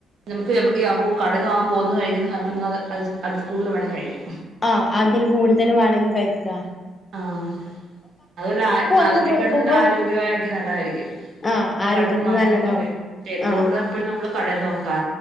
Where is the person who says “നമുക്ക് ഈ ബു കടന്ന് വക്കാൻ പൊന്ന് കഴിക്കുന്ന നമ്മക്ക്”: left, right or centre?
Right